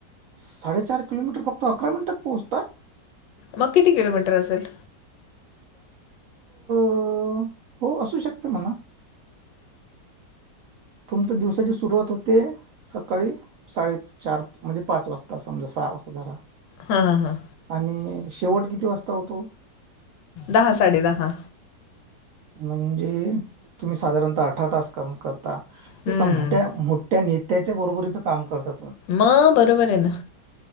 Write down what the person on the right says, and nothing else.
साडेचार किलोमीटर फक्त अकरा मिनिटात पोहोचता
होअ हो असू शकतं म्हणा तुमच्या दिवसाची सुरुवात होते सकाळी साडेचार म्हणजे पाच वाजता समजा सहा वाजता धरा
आणि शेवट किती वाजता होतो
म्हणजे तुम्ही साधारणत अठरा तास काम क रता
एका मोठ्या मोठ्या नेत्याच्या बरोबरीच काम करता